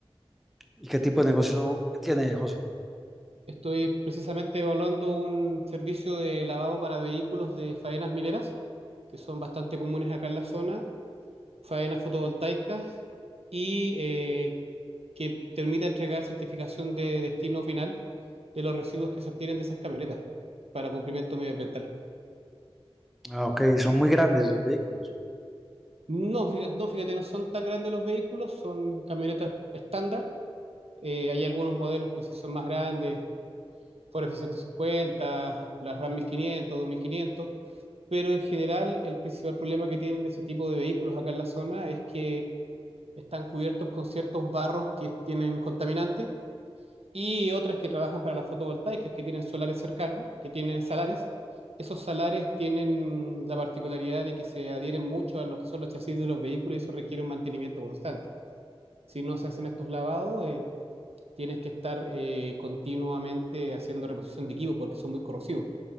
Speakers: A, in the centre; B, on the right.
A: ¿Y qué tipo de negocio tiene, José?
B: Estoy precisamente evaluando un servicio de lavado para vehículos de faenas mineras, que son bastante comunes acá en la zona, faenas fotovoltaicas y eh, que permita entregar certificación de destino final de los residuos que se obtienen de esas camionetas para cumplimiento medioambiental.
A: Ah, ok, son muy grandes los vehículos.
B: No, fíjate, no, fíjate, no son tan grandes los vehículos, son camionetas estándar. Eh, hay algunos modelos que sí son más grandes, Ford F-150, la Ram 1500, 2500, pero en general el principal problema que tienen ese tipo de vehículos acá en la zona es que están cubiertos con ciertos barros que tienen contaminantes y otras que trabajan para las fotovoltaicas, que tienen solares cercanos, que tienen salares. Esos salares tienen la particularidad de que se adhieren mucho a lo que son los chasis de los vehículos y eso requiere un mantenimiento constante. Si no se hacen estos lavados, eh, tienes que estar eh, continuamente haciendo reposición de equipos porque son muy corrosivos.